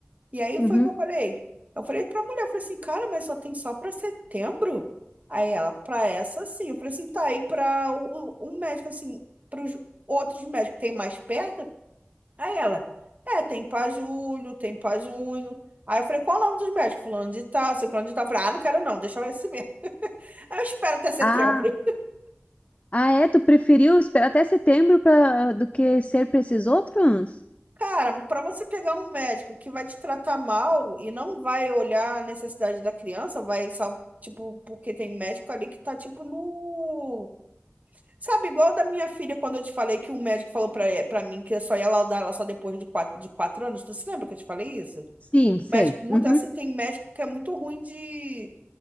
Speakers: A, on the right; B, on the left.
A: E aí
B: Uhum.
A: foi o que eu falei. Eu falei pra mulher, eu falei assim, cara, mas só tem só pra setembro? Aí ela, pra essa sim. Eu falei assim, tá aí pra o, o um médico, assim, pros outros médicos que tem mais perto? Aí ela, é, tem pra julho, tem pra junho. Aí eu falei, qual o nome dos médicos? Fulano de tal, ciclano de tal. Eu falei, ah, não quero não, deixa eu esse mesmo. <laughs> Aí eu espero até setembro.
B: Ah,
A: <laughs>
B: ah, é? Tu preferiu esperar até setembro pra, do que ser para esses outros?
A: Cara, para você pegar um médico que vai te tratar mal e não vai olhar a necessidade da criança, vai só, tipo, porque tem médico ali que tá, tipo, no... Sabe, igual da minha filha, quando eu te falei que o médico falou pra, eh, pra mim que eu só ia laudar ela só depois de quatro, de quatro anos. Tu se lembra que eu te falei isso?
B: Sim, sei.
A: Médico muito,
B: Uhum.
A: assim, tem médico que é muito ruim de